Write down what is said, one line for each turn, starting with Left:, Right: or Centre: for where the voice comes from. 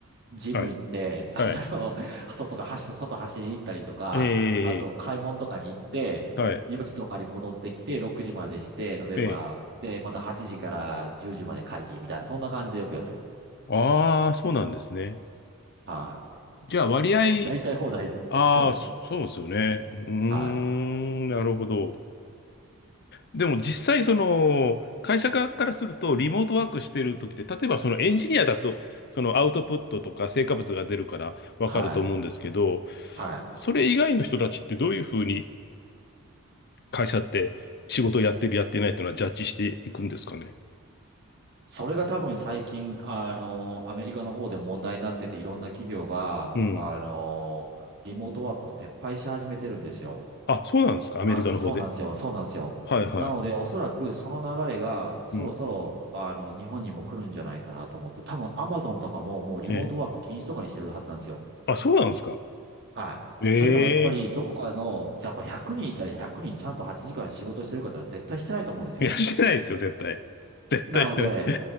Right: ジム行って、
Left: はい、
Right: あの、
Left: はい。
Right: 外とか走、外走り行ったりとか、
Left: ええ、
Right: あと買い物とかに行って、
Left: はい、
Right: 4時とかに戻ってきて、6時までして、例えば、
Left: ええ。
Right: で、また8時から10時まで会議みたいな、そんな感じでよくやってます。
Left: ああ、そうなんですね。
Right: は
Left: じゃあ、割合、
Right: い。やりたい放題、
Left: ああ、
Right: そうです。
Left: そそうですよね。うーん、
Right: はい。
Left: なるほど。でも実際その会社側からするとリモートワークしてる時で、例えばそのエンジニアだとそのアウトプットとか成果物が出るからわかると思うんですけど、
Right: はい。はい。
Left: それ以外の人たちってどういうふうに会社って仕事をやってるやってないっていうのはジャッジしていくんですかね。
Right: それが多分最近、あの、アメリカの方で問題になってて、いろんな企業が、
Left: うん。
Right: あの、リモートワークを撤廃し始めてるんですよ。
Left: あ、そうなんですか。アメリカの方で。
Right: あ、そうなんですよ。そうなんですよ。
Left: はいはい。
Right: なので、おそらくその流れがそろそろ、
Left: うん。
Right: あの、日本にも来るんじゃないかなと思って、多分 Amazon とかももうリモートワーク禁止とかにしてるはずなんですよ。
Left: ええ。あ、そうなんですか。
Right: はい。
Left: え
Right: というのもやっぱりどこかの、
Left: え。
Right: じゃあやっぱ100人いたら100人ちゃんと8時間仕事してる方は絶対してないと思うんですよ。
Left: いや、してないですよ、絶対。絶対してない。
Right: なので、